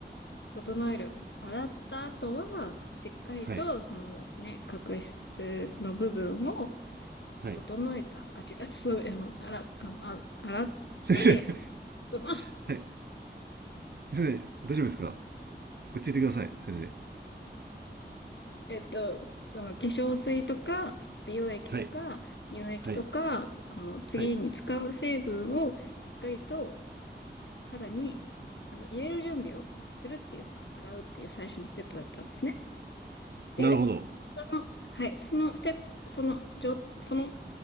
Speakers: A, on the left (about 75°); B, on the right (about 60°).
A: 整える。洗った後は、しっかりと、
B: はい。
A: そのね、角質の部分を
B: はい。
A: 整えた。あ、違う、<laughs> そう、あの、洗、あの、あ、洗って、
B: 先生。
A: その、<laughs>
B: <laughs> はい。先生、大丈夫ですか落ち着いてください、先生。
A: えっと、その化粧水とか、美容液とか、
B: はい。
A: 乳液とか、
B: はい。
A: その次に使う成分をしっかりと
B: はい。
A: 肌に、あの、入れる準備をするっていうか、洗うっていう最初のステップだったんですね。で、
B: なるほど。
A: その、はい、そのステップ、その、じょ、その